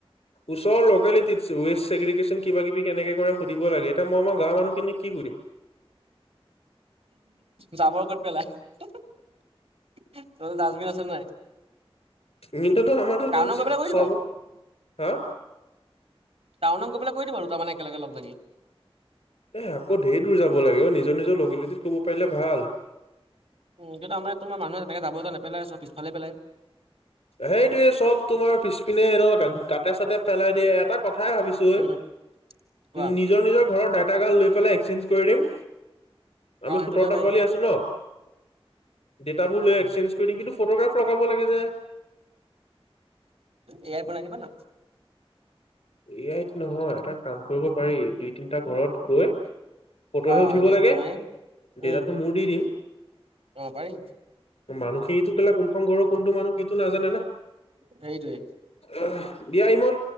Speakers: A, on the left; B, on the right.
A: ওচৰ ল'কেলিটিত, ৱেষ্ট চেগ্ৰিগেচন কিবা-কিবি কেনেকে কৰে সুধিব লাগে, এতিয়া মই মই গাঁৱ মানুহখিনিক কি সুধিম?
B: জাৱৰ ক'ত পেলাই তহঁতৰ ডাষ্টবিন আছে নাই?
A: মিণ্টুটো আমাৰতো
B: টাউনত গৈ পেলাই কৰি
A: চবৰ
B: দিবা
A: হা?
B: টাউনত গৈ পেলাই কৰি দিব দুটামানে একেলগে লগ-লাগি।
A: এ, আকৌ ধেৰ দূৰ যাব লাগে অ', নিজৰ নিজৰ লকেলিটিত কৰিব পাৰিলে ভাল।
B: উ, এতিয়াটো আমাৰ ইয়াতটো মানুহে তেনেকে জাৱৰ যে নেপেলাই চব পিছফালে পেলাই।
A: সেইটোৱে চব তোমাৰ পিছপিনে এই ধৰ গাতে-চাতে পেলাই দিয়ে, এটা কথাই ভাবিছো গৈ
B: উম কোৱা
A: নিজৰ নিজৰ ঘৰৰ ডাটাগাল লৈ পেলাই এক্সচেঞ্জ কৰি দিম। আমি
B: অ সেইটো
A: সোতৰটা
B: কৰিব পাৰি
A: পোৱালি আছো ন'? ডেটাবোৰ লৈ এক্সচেঞ্জ
B: উম
A: কৰি দিম, কিন্তু ফট'গ্ৰাফ লগাব লাগে যে।
B: এ আইত বনাই দিবা না।
A: এ আইত নহয়, এটা কাম কৰিব পাৰি দুই-তিনটা ঘৰত গৈ ফটোহে
B: অ
A: উঠিব
B: এনে
A: লাগে,
B: ফটো মাৰি উম
A: দেটাটো মোৰ দি দিম।
B: অ', পাৰিম।
A: মানুহখিনিটো পেলাই কোনখন ঘৰৰ কোনটো মানুহ, সিটো নাজানে না?
B: সেইটোৱে।
A: অ' দিয়া ইমন